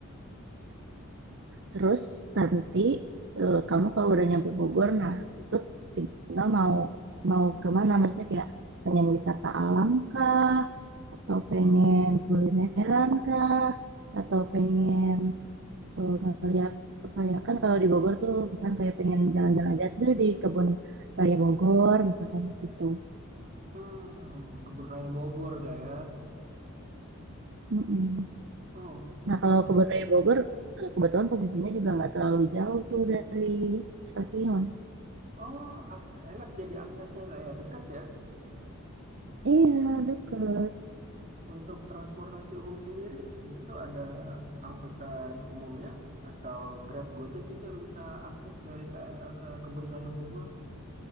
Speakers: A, on the right; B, on the right.
A: Terus nanti eh, kamu kalau udah nyampe Bogor, nah itu tinggal mau mau kemana? Maksudnya kayak pengen wisata alam kah? Atau pengen kulineran kah? Atau pengen eh, ngeliat apa ya? Kan kalau di Bogor tuh misalkan kayak pengen jalan-jalan aja tuh di kebun raya Bogor, misalkan gitu.
B: hmm kebun raya Bogor gak ya
A: Mm-mm.
B: oh
A: Nah kalau
B: eh,
A: kebun raya Bogor eh, kebetulan posisinya juga nggak terlalu jauh tuh dari stasiun.
B: oh aks- enak jadi aksesnya gak ya deket ya
A: Iya, deket.
B: Untuk transportasi umum sendiri, di situ ada angkutan umumnya atau Grab Gojek itu yang bisa akses dari KRL ke Kebun Raya Bogor.